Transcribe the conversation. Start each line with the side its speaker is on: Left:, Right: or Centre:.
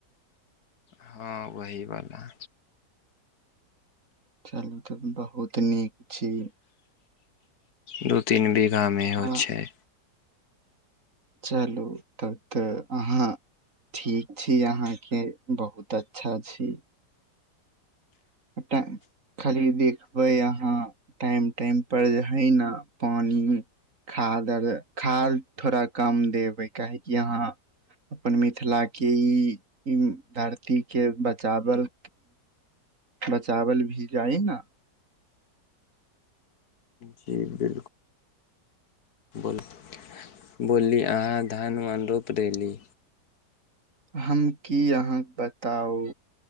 Left: हाॅं वही वाला।
Right: चलू तब त बहुत नीक छी
Left: दू तीन बीघा मे एहो
Right: आ
Left: छै।
Right: चलू तब त अहाँ खेती अहाॅं के बहुत अच्छा छै। <unintelligible> खाली देखबै अहाँ टाइम टाइम पर जे हइ न पानि खाद आर खाद थोड़ा कम देबै काहेकि यहाँ अपन मिथिला के ई ई धरती के बचावल बचावल भी जाइ न।
Left: जी बिलकुल। बोल बोलली अहाँ धान वान रोप देली।
Right: हम की अहाँके बताउ